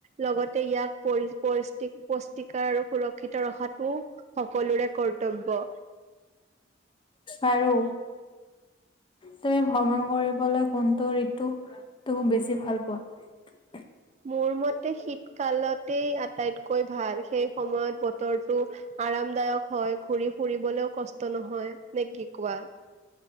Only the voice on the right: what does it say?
লগতে ইয়াক পৰি পৰি পুষ্টিকাৰ আৰু সুৰক্ষিত ৰখাতো। সকলোৰে কৰ্তব্য।
মোৰ মতে শীতকালতেই আটাইতকৈ ভাল সেই সময়ত বতৰটো। আৰামদায়ক হয় ঘূৰি ফুৰিবলৈও কষ্ট নহয় নে কি কোৱা।